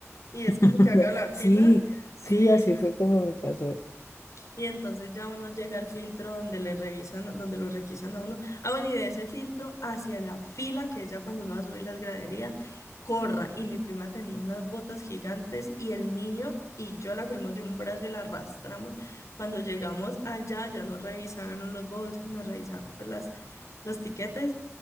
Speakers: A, on the left (about 90°); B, on the left (about 70°).
A: y es como
B: <laughs>
A: que haga la fila.
B: Sí,
A: Sí,
B: sí, así fue como me pasó.
A: y entonces ya uno llega al filtro donde le revisan, donde lo requisan a uno. Ah, bueno, y de ese filtro hacia la fila, que es ya cuando uno va a subir las graderías, corra. Y mi prima tenía unas botas gigantes y el niño y yo la cogimos de un brazo y la arrastramos. Cuando llegamos allá, ya nos revisaron los bolsos y nos revisaron pues, las, los tiquetes